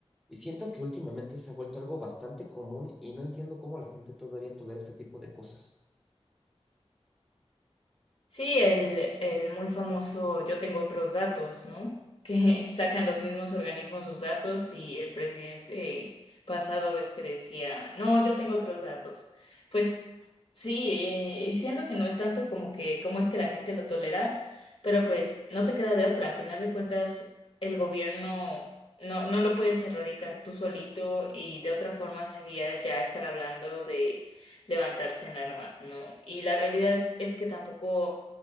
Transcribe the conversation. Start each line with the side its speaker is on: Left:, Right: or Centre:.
Centre: y siento que últimamente se ha vuelto algo bastante común y no entiendo cómo la gente todavía tolera este tipo de cosas.
Left: Sí, el, el muy famoso yo tengo otros datos, ¿no? Que <laughs> sacan los mismos organismos sus datos y el presidente pasado ves que decía, no, yo tengo otros datos. Pues sí, eh, y siento que no es tanto como que cómo es que la gente lo tolera, pero pues no te queda de otra. A final de cuentas, el gobierno no, no lo puedes erradicar tú solito y de otra forma sería ya estar hablando de levantarse en armas, ¿no? Y la realidad es que tampoco